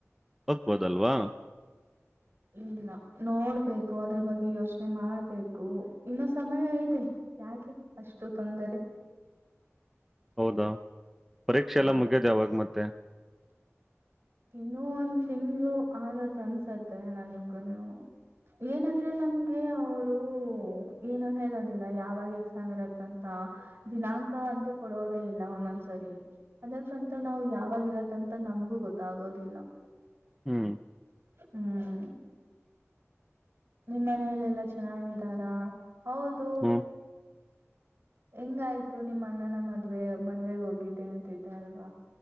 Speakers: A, in the centre; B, on the right.
A: ಹೋಗ್ಬೋದಲ್ವಾ
B: ಇಲ್ಲ ನೋಡ್ಬೇಕು ಅದ್ರ ಬಗ್ಗೆ ಯೋಚನೆ ಮಾಡ್ಬೇಕು ಇನ್ನು ಸಮಯ ಇದೆ ಯಾಕೆ ಅಷ್ಟು ತೊಂದರೆ
A: ಹೌದಾ ಪರೀಕ್ಷೆ
B: ಹೌದು
A: ಎಲ್ಲ ಮುಗಿಯೋದ ಯಾವಾಗ ಮತ್ತೆ.
B: ಇನ್ನುೂ ಒಂದ್ ತಿಂಗ್ಳ ಆಗತ್ ಅನ್ಸತ್ತೆ ನನ್ಗುನು. ಏನಂದ್ರೆ ನಮ್ಗೆ ಅವರು ಏನು ಹೇಳೋದಿಲ್ಲ ಯಾವಾಗ ಎಕ್ಸಾಮ್ ಇರತ್ತಂತ. ದಿನಾಂಕ ಅಂತೂ ಕೊಡೋದೇ ಇಲ್ಲ ಒಂದೊಂದ್ಸರಿ ಅದಕ್ಕಂತ ನಾವು ಯಾವಾಗ ಇರದಂತ. ನಮ್ಗೂ ಗೊತ್ತಾಗೋದಿಲ್ಲ
A: ಹ್ಮ್,
B: ಹ್ಮ್ ನಿಮ್ಮ ಮನಲೆಲ್ಲ ಚೆನ್ನಾಗಿದ್ದಾರಾ. ಹೌದು
A: ಹ್ಮ್
B: ಹೆಂಗಾಯ್ತು ನಿಮ್ಮ ಅಣ್ಣನ ಮದ್ವೆ ಮದ್ವೆಗ್ ಹೋಗಿದ್ದೆ ಅಂತಿದ್ದಲ್ವಾ.